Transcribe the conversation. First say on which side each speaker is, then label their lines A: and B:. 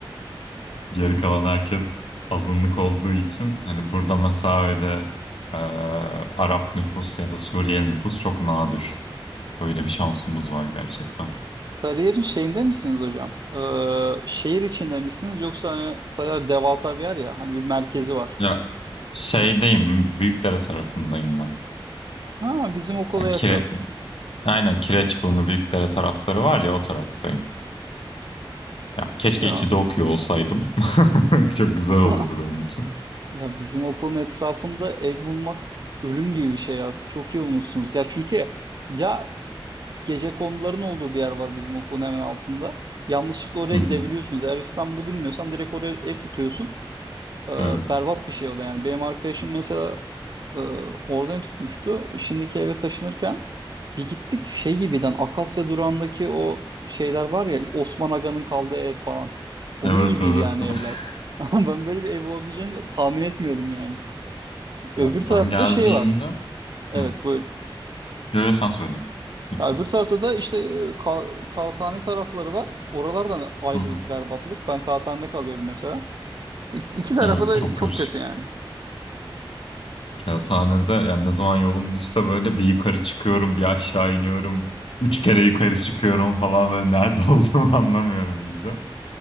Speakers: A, on the left; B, on the right.
A: <laughs> Geri kalan herkes azınlık olduğu için hani burada mesela öyle e, Arap nüfus ya da Suriyeli nüfus çok nadir. Böyle bir şansımız var gerçekten.
B: Sarıyer'in şeyinde misiniz hocam? Ee, şehir içinde misiniz yoksa hani Sarıyer devasa bir yer ya hani bir merkezi var.
A: Ya şeydeyim, Büyükdere tarafındayım ben.
B: Ha bizim okula
A: Ya
B: yakın.
A: kire, aynen Kireçburnu Büyükdere tarafları var ya o taraftayım. Ya keşke
B: Ya
A: İTÜ'de okuyor olsaydım. <laughs> Çok güzel
B: <laughs>
A: olurdu benim için.
B: ya bizim okulun etrafında ev bulmak ölüm gibi bir şey ya. Siz çok iyi bulmuşsunuz. Ya çünkü ya gece konuların olduğu bir yer var bizim okulun hemen altında. Yanlışlıkla oraya
A: Hı
B: gidebiliyorsunuz.
A: hı.
B: Eğer İstanbul'u bilmiyorsan direkt oraya ev tutuyorsun. Ee,
A: Evet,
B: berbat bir şey o da yani. Benim arkadaşım mesela Ee, oradan tutmuştu. Şimdiki eve taşınırken bir gittik şey gibiden Akasya durağındaki o şeyler var ya Osman Aga'nın kaldığı ev falan. Onun
A: evet,
B: gibiydi
A: evet.
B: yani
A: <laughs>
B: evler. <laughs> Ama ben böyle bir ev olabileceğini tahmin etmiyordum yani. Öbür
A: Ya ben
B: tarafta
A: geldiğimde,
B: da şey var. Evet
A: hı,
B: buyur.
A: görüyorsan söyle lütfen.
B: Ya öbür tarafta da işte e, ka kağıthane tarafları var. Oralardan ayrı
A: Hı hı.
B: bir berbatlık. Ben kağıthanede kalıyorum mesela. İ- İki tarafa
A: Evet,
B: da
A: çok
B: çok
A: karışık.
B: kötü yani.
A: Kağıthanede yani ne zaman yolum düşse böyle bir yukarı çıkıyorum, bir aşağı iniyorum. Üç kere yukarı çıkıyorum falan ve nerede <laughs> olduğumu anlamıyorum iyice.